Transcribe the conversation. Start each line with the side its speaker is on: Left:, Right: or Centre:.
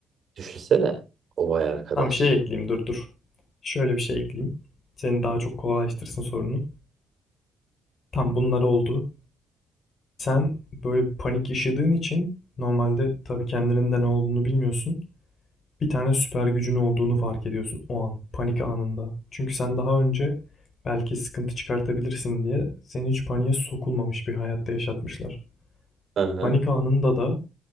Right: Düşünsene o vay arkadaş.
Left: Tam şey ekleyeyim dur dur. Şöyle bir şey ekleyeyim. Seni daha çok kolaylaştırsın sorunu. Tam bunlar oldu. Sen böyle bir panik yaşadığın için normalde tabii kendinin de ne olduğunu bilmiyorsun. Bir tane süper gücün olduğunu fark ediyorsun o an, panik anında. Çünkü sen daha önce belki sıkıntı çıkartabilirsin diye seni hiç paniğe sokulmamış bir hayatta yaşatmışlar.
Right: Hı hı.
Left: Panik anında da